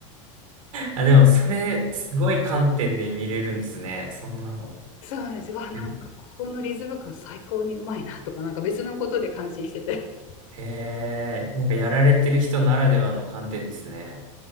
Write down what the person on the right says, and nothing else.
あ、でも、それ、すごい観点で見れるんですね。そんなの。
ゆ
へえ、なんかやられてる人ならではの観点ですね。